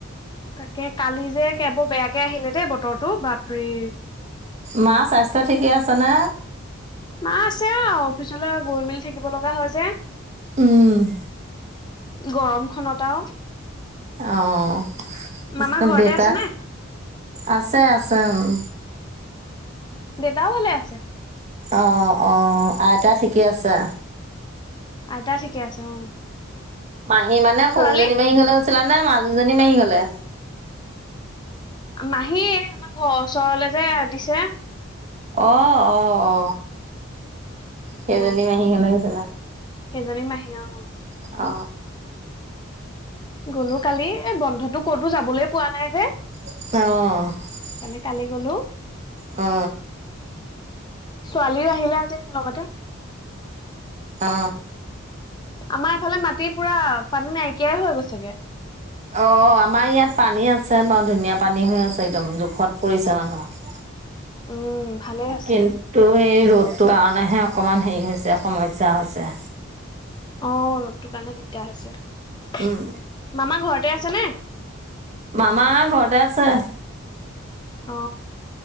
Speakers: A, on the left; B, on the right.
A: তাকে কালি যে কেবোৰ বেয়াকে আহিলে দেই বতৰটো বাপৰি
B: মাৰ স্বাস্থ্য ঠিকে আছে ন
A: মা আছে অ অফিচলৈ গৈ মেলি থাকিব লগা হয় যে
B: উম
A: গৰম খতা
B: অ
A: মামা ঘৰতে
B: দেউতা
A: আছে নে
B: আছে আছে উ অ
A: দেউতাও ভালে আছে
B: অঁ অঁ আইতা ঠিকে আছে
A: আইতা ঠিকে আছে অ
B: মাহী মানে
A: ছোৱালী
B: সৰুজনী মাহি গলে হৈছিলা নে মাজুজনী মাহি গলে
A: মাহী আমাৰ ঘৰৰ ওচৰলে যে দিছে
B: অ অ অ সেইজনী
A: অ
B: মাহীক ল গৈছিলে
A: সেইজনী মাহী হম
B: অ
A: গ'লো কালি এ বন্ধতটো ক'তো যাবলৈ পোৱা নাই যে
B: অ
A: সেইকাৰণে কালি গলো
B: অ
A: ছোৱালীও আহিলে আজি মোৰ লগতে
B: অ
A: আমাৰ এইফালে মাটিৰ পুৰা পানী নাইকিয়াই হৈ গৈছেগে
B: অ আমাৰ ইয়াত পানী আছে বাৰু ধুনীয়া পানী হৈ আছে একদম জোখত পৰিছে মানুহ
A: <inaudible> উম ভালে আছে
B: কিন্তু সেই ৰ'দটোৰ কাৰণেহে অকমান হেৰি হৈছে সমস্যা হৈছে
A: অ ৰ'দটোৰ কাৰণে দিগদাৰ হৈছে
B: উম,
A: মামা ঘৰতে আছে নে
B: আমাৰ ঘৰতে আছে
A: অ